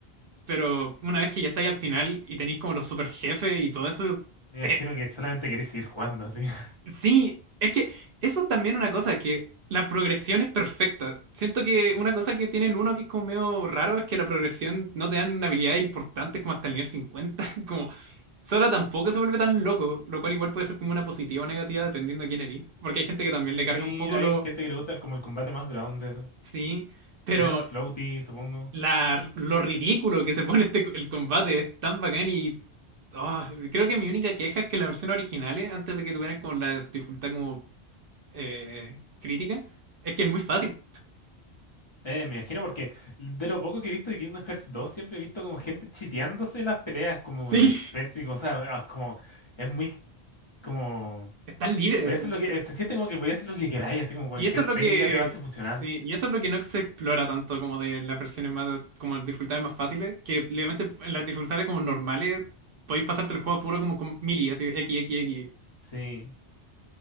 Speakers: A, on the right (about 60°); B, on the left (about 30°).
A: pero una vez que ya estáis al final y tenéis como los super jefes y todo eso,
B: Me
A: es
B: imagino que solamente queréis seguir jugando así. <laughs>
A: Sí, es que eso es también una cosa, que la progresión es perfecta. Siento que una cosa que tiene el uno que es como medio raro es que la progresión no te dan habilidades importantes como hasta el nivel cincuenta <laughs> Como Sora tampoco se vuelve tan loco, lo cual igual puede ser como una positiva o negativa dependiendo de quién eres. Porque hay gente que también le
B: Sí,
A: carga un poco
B: hay
A: lo...
B: gente que le gusta el- como el combate más grounded,
A: Sí, pero
B: menos floaty, supongo.
A: la, lo ridículo que se pone este, el combate es tan bacán y... ah, creo que mi única queja es que las versiones originales, antes de que tuvieran como la dificultad como eh, crítica es que es muy fácil.
B: Eh, me imagino porque de lo poco que he visto de Kingdom Hearts 2 siempre he visto como gente chiteándose en las peleas, como
A: Sí,
B: en spells y cosas, ah, como, es muy como,
A: <laughs> están libres.
B: podía hacer
A: está-
B: lo que, eh, se siente como que podía hacer lo que queráis, así como cualquier
A: Y eso es lo
B: técnica
A: que.
B: te va a hacer funcionar.
A: Sí, y eso es lo que no se explora tanto como de las versiones más, como las dificultades más fáciles, que obviamente en las dificultades como normales podéis pasarte el juego puro como con mili, así, X, X, X.
B: Sí,